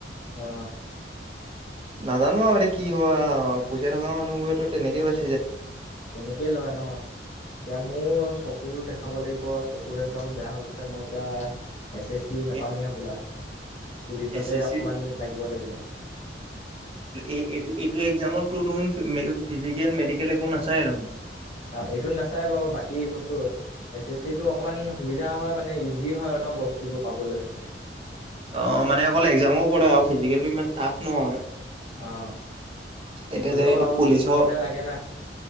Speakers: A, on the left; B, on the right.
A: অহ ',
B: নাজানো আৰু এতিয়া কি হয় পইচা থকা মানুহবোৰে তেনেকে পাই
A: তেনেকেই লয় ন এতিয়া মোৰ চকুটো দেখাব লাগিব চকু এক। একদম বেয়া হৈ গৈছে মই এতিয়া এছ এ চি নাপামেই
B: এছ
A: হ'বোলা। পুলিচতে
B: এছ চি
A: অকমান লাগিব- লাগিব।
B: এই এইটো এক্জামতো দেখোন ফিজিকেল মেডিকেল একো নাচায় দেখোন।
A: অ এইটো নাচাই বাৰু বাকী কৈছো। এছ এ চিটো অকণমান সুবিধা হয় মানে ইজি হয় ন বস্তুটো পাবলৈ।
B: অ, মানে অকল এক্জামো পৰে আৰু ফিজিকেল ইমান টাফ নহয়।
A: অ,
B: এতিয়া
A: হ'লেও
B: যেনেটো
A: আৰু
B: পুলিচৰ
A: চকু কেইটা লাগে না।